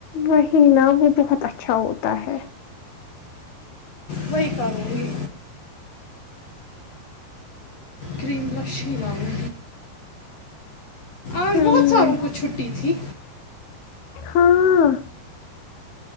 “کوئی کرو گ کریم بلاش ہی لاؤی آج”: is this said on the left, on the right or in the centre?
Left